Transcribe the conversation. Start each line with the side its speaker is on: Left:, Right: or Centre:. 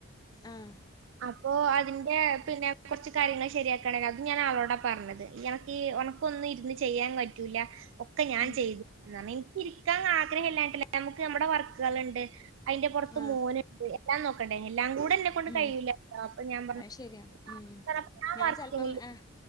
Left: ആഹ്
Right: അപ്പൊ അതിന്റെ പിന്നെ കൊർച്ച് കാര്യങ്ങൾ ശരിയാക്കാണ്ടേനി അതും ഞാൻ ആളോടാ പറഞ്ഞത് എനക്ക് ഈ ക്കൊന്നും ഇരുന്ന് ചെയ്യാൻ പറ്റൂല ഒക്കെ ഞാൻ
Left: ഉം
Right: ചെയ്തു തരണം എനിക്ക് ഇരിക്കാൻ ആഗ്രഹല്ലാഞ്ഞിട്ടല്ല ഇൻക് നമ്മടെ വർക്കുകള്ണ്ട് അതിന്റെ പുറത്ത്
Left: ആഹ്
Right: മോനുണ്ട് എല്ലാം നോക്കണ്ടേ എല്ലാം കൂടെ എന്നെ കൊണ്ട്
Left: ഉം
Right: കഴിയൂല അപ്പൊ ഞാൻ പറഞ്ഞ
Left: അത് ശരിയാ
Right: <unintelligible>
Left: ഉം ഞാൻ ചെലപ്പം ആഹ്